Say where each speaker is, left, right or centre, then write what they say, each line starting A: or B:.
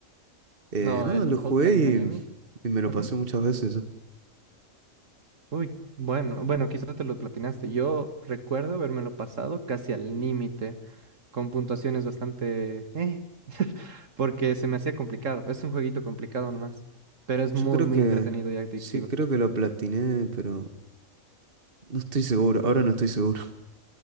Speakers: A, on the right (about 45°); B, on the right (about 65°).
A: Eh,
B: No,
A: nada,
B: el
A: lo jugué
B: Hotline
A: y,
B: Miami.
A: y me lo
B: Ujú.
A: pasé muchas veces. Yo
B: Uy, bueno, bueno, quizás te lo platinaste. Yo recuerdo habérmelo pasado casi al límite, con puntuaciones bastante... eh, <laughs> porque se me hacía complicado. Es un jueguito complicado nomás, pero es
A: Yo
B: muy,
A: creo
B: muy
A: que,
B: entretenido y adictivo.
A: sí, creo que lo platiné, pero no estoy seguro. Ahora no estoy seguro.